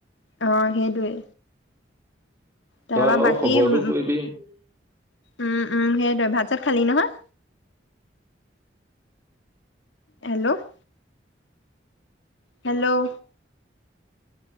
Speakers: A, on the left; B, on the right.
A: অ সেইটোৱে তাৰপৰা
B: তই বাৰু
A: বাকী
B: খবৰটো
A: উম,
B: কৰিবিম
A: উম উম সেইটে ভাত চাত খালি নহয় হেল্ল' হেল্ল'